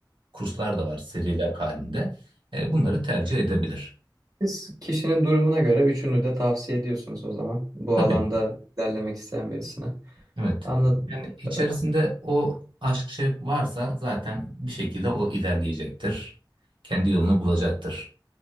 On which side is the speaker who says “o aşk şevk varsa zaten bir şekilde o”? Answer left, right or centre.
Right